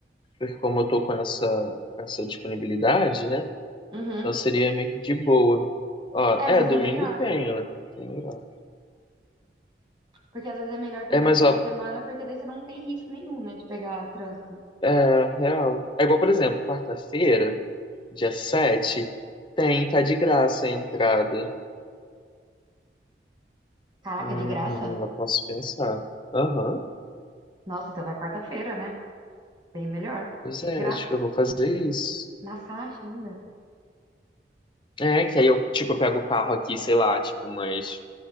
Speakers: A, on the left (about 25°); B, on the right (about 25°).
A: porque como eu tô com essa, com essa disponibilidade, né?
B: Uhum.
A: Então seria meio que de boa. Ó,
B: É, às
A: é,
B: vezes
A: domingo
B: é melhor.
A: tem, ó. Tem horário.
B: Porque às vezes é melhor também
A: É, mas
B: dia
A: ó,
B: de semana, porque daí você não tem risco nenhum, né, de pegar trânsito.
A: é real. É igual, por exemplo, quarta-feira, dia 7, tem, tá de graça a entrada.
B: Caraca,
A: Hum,
B: de graça?
A: eu posso pensar. Aham.
B: Nossa, então vai quarta-feira, né? Bem melhor.
A: Pois é,
B: De graça.
A: acho que eu vou fazer isso.
B: Na faixa ainda?
A: É, que aí eu, tipo, eu pego o carro aqui, sei lá, tipo, umas